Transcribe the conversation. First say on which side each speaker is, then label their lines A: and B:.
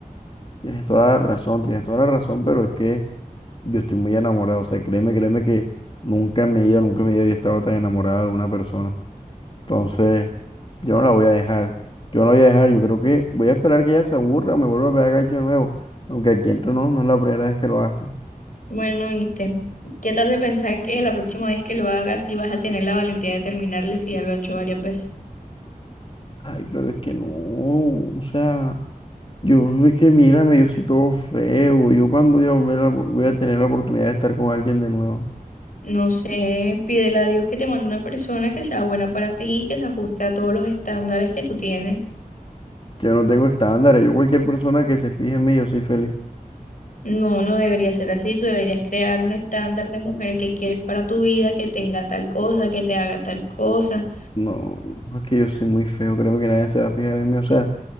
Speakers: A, on the left; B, on the left.
A: Tienes toda la razón, tienes toda la razón, pero es que yo estoy muy enamorado, o sea, créeme, créeme que nunca en mi vida, nunca en mi vida había estado tan enamorado de una persona. Entonces, yo no la voy a dejar, yo no la voy a dejar, yo creo que voy a esperar que ella se aburra o me vuelva a pegar gacho de nuevo, aunque aquí entre no, no es la primera vez que lo hace.
B: Bueno, viste, ¿qué te hace pensar que la próxima vez que lo hagas sí vas a tener la valentía de terminarle si ya lo he hecho varias veces?
A: Ay, pero es que no, o sea... Yo, es que mírame, yo soy todo feo. Yo cuando voy a volver a, voy a tener la oportunidad de estar con alguien de nuevo.
B: No sé, pídele a Dios que te mande una persona que sea buena para ti, que se ajuste a todos los estándares que tú tienes.
A: Yo no tengo estándares. Yo cualquier persona que se fije en mí, yo soy feliz.
B: No, no debería ser así. Tú deberías crear un estándar de mujer que quieres para tu vida, que tenga tal cosa, que te haga tal cosa.
A: No, no es que yo soy muy feo. Créeme que nadie se va a fijar en mí. O sea,